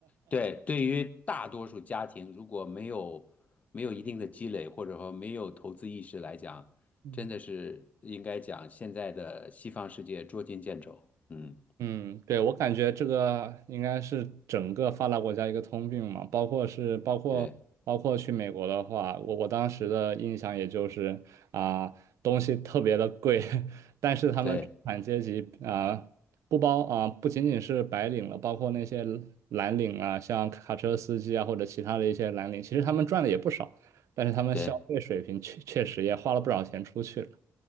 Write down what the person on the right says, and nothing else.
<laughs>
嗯，对，我感觉这个应该是整个发达国家一个通病嘛，包括是包括包括去美国的话，
我我当时的印象也就是啊、东西特别的贵，<laughs> 但是他们中产阶级啊、
不包啊、不仅仅是白领了，包括那些蓝领啊，像卡车司机啊或者其他的一些蓝领，其实他们赚的也不少，但是他们消费水平确确实也花了不少钱出去了。